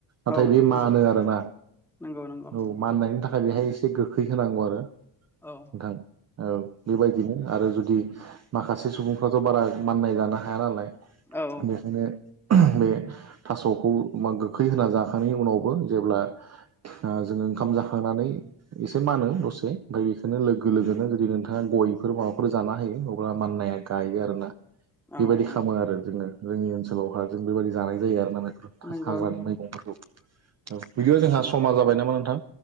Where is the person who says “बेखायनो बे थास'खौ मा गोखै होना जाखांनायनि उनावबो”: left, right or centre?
Right